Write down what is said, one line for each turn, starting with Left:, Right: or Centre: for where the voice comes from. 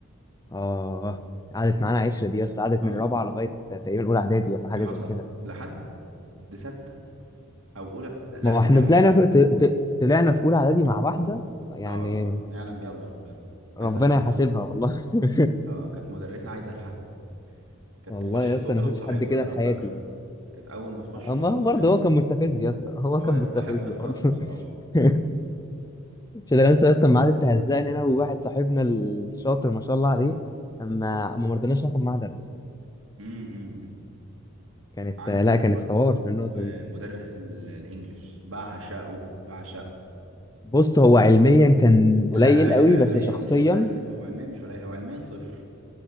Left: اه قعدت
Right: كنت
Left: معانا عشره دي بس قعدت
Right: اه
Left: من رابعه
Right: اه اه
Left: لغايه تقريبا اولى اعدادي ولا حاجه
Right: حصل
Left: زي كده
Right: لحد سته او اولى لا
Left: ما هو احنا
Right: اولى اعدادي
Left: طلعنا في ط- ط- طلعنا في اولى اعدادي مع واحده يعني
Right: اه ما يعلم بيها الا ربنا
Left: ربنا
Right: عايزه الحرق
Left: يحاسبها والله <laughs>
Right: اه كانت مدرسه عايزه الحرق كانت
Left: والله
Right: تخش
Left: يا
Right: تطرد
Left: اسطى انا ما شفتش
Right: صاحبنا
Left: حد كده
Right: ده
Left: في
Right: لو
Left: حياتي
Right: فاكره كانت اول ما تخش
Left: اما
Right: تطرد
Left: هو
Right: صاحبنا
Left: برضه هو
Right: على
Left: كان
Right: طول
Left: مستفز يا اسطى هو
Right: هو
Left: كان
Right: يستحق
Left: مستفز
Right: الطرد
Left: برضه
Right: بصراحه
Left: <laughs> مش قادر انسى يا اسطى الميعاد اللي هزقني انا وواحد صاحبنا الشاطر ما شاء الله عليه اما ما مرضناش ناخد معاه درس
Right: امم
Left: كانت
Right: عندك
Left: لا كانت
Right: برضو
Left: حوار في النقطه
Right: آه،
Left: دي
Right: مدرس ال- الانجليش بعشقه بعشقه
Left: بص هو علميا كان قليل
Right: لا عل-
Left: قوي
Right: علميا
Left: بس شخصيا
Right: مش قليل هو علميا مش قليل هو علميا صفر